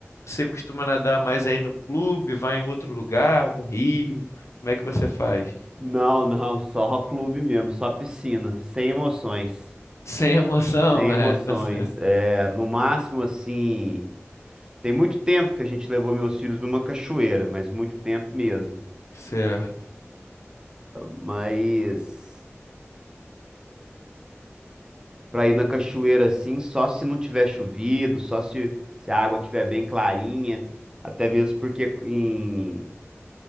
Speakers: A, on the left (about 75°); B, on the right (about 15°).
A: Você costuma nadar mais aí no clube, vai em outro lugar, algum rio? Como é que você faz?
B: Não, não, só clube mesmo, só piscina, sem emoções.
A: Sem emoção,
B: Sem
A: é,
B: emoções.
A: tá certo.
B: É, no máximo assim, tem muito tempo que a gente levou meus filhos numa cachoeira, mas muito tempo mesmo.
A: Certo.
B: Mas pra ir na cachoeira assim, só se não tiver chovido, só se, se a água tiver bem clarinha, até mesmo porque em...